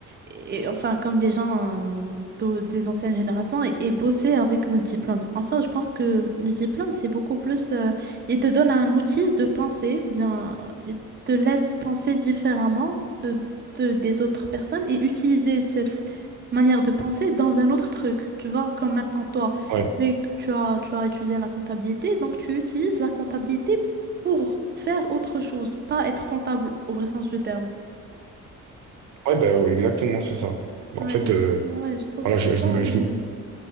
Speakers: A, on the right (about 35°); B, on the right (about 75°).
A: et- enfin comme les gens euh, d'au- des anciennes générations et, et bosser avec nos diplômes. Enfin, je pense que nos diplômes, c'est beaucoup plus... euh, ils te donnent un outil de penser ou bien euh, ils te laissent penser différemment euh, de, des autres personnes et utiliser cette manière de penser dans un autre truc. Tu vois, comme maintenant toi,
B: Ouais,
A: tu es- tu as, tu as étudié la comptabilité, donc tu utilises la comptabilité pour faire autre chose, pas être comptable au vrai sens du terme.
B: ouais, bah, ouais, exactement, c'est ça. Bah,
A: Ouais,
B: en fait,
A: je,
B: euh,
A: trouve, ouais, je trouve
B: voilà,
A: que
B: je,
A: c'est ça.
B: je me,
A: le-
B: je me-